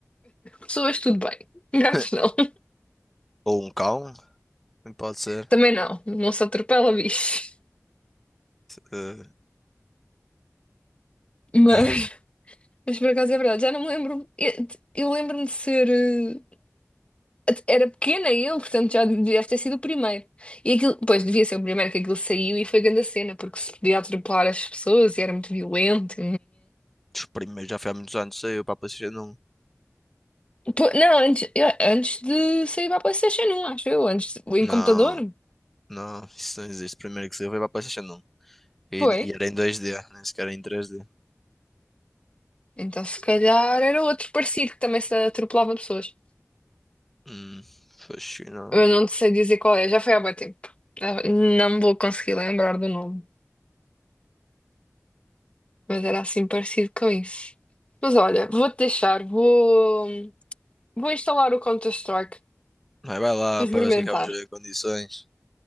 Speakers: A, on the left; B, in the centre.
A: Pessoas, tudo bem. Gatos,
B: <laughs>
A: não.
B: Ou um cão, também pode
A: <laughs>
B: ser.
A: Também não. Não se atropela bicho.
B: Eh,
A: <laughs> Mas,
B: Ai,
A: mas por acaso é verdade. Já não me lembro. Eu, eu lembro-me de ser. eh, Era pequena eu, portanto já deve ter sido o primeiro. E aquilo, pois, devia ser o primeiro que aquilo saiu e foi grande a cena, porque se podia atropelar as pessoas e era muito violento.
B: os primeiros já foi há muitos anos, saiu para a PlayStation 1.
A: Po- Não, antes, eu- antes de sair para a PlayStation 1, acho eu, antes de- em
B: Não,
A: computador.
B: não, isso não existe. O primeiro que saiu foi para a PlayStation 1. E,
A: Foi.
B: e era em 2D, nem sequer era em 3D.
A: Então, se calhar era outro parecido que também se atropelava pessoas.
B: Hum, fascinante.
A: Eu não sei dizer qual é, já foi há muito tempo. Ah, Não me vou conseguir lembrar do nome, mas era assim parecido com isso. Mas olha, vou-te deixar, vou, vou instalar o Counter-Strike
B: Mas vai lá
A: para
B: para
A: experimentar.
B: ver se que é que vamos ver em condições.